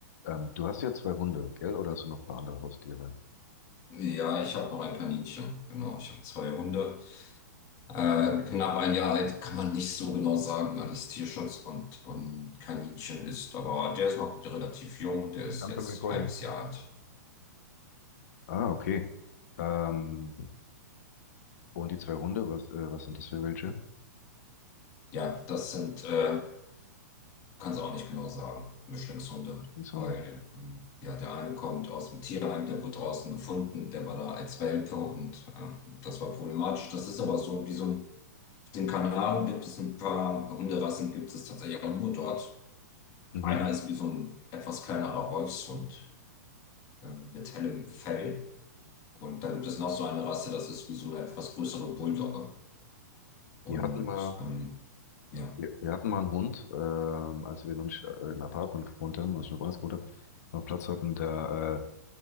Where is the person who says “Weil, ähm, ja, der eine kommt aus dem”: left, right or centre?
Left